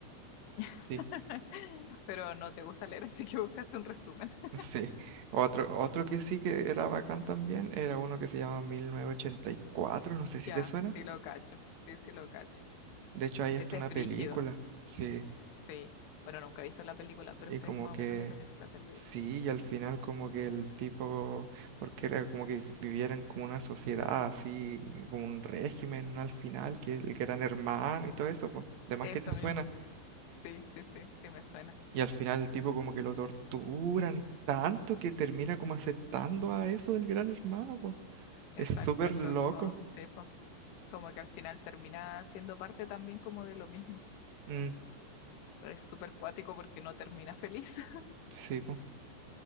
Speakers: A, on the left; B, on the right.
A: <laughs>
B: Sí,
A: Pero no te gusta leer, <laughs> así que buscaste un resumen. <laughs>
B: sí. Otro, otro que sí que era bacán también era uno que se llama 1984, no sé
A: Ya,
B: si te suena.
A: sí lo cacho, sí, sí lo cacho.
B: De hecho, hay hasta
A: Ese
B: una
A: es brígido,
B: película. Sí,
A: sí. Bueno, nunca he visto la película, pero
B: y
A: sé
B: como
A: más
B: que
A: o menos de lo que se trata el libro.
B: sí, y al final como que el tipo, porque era como que s- vivieran como una sociedad así, como un régimen al final, que, que eran hermanos y todo eso, pues, de más
A: Eso
B: que te suena.
A: mismo, sí, sí, sí, sí me suena.
B: Y al final el tipo como que lo torturan tanto que termina como aceptando a eso del gran hermano, po.
A: Exacto,
B: Es súper
A: el
B: loco.
A: loco, sí, como que al final termina siendo parte también como de lo mismo.
B: Mm,
A: Es súper cuático porque no termina feliz. <laughs>
B: sí, po.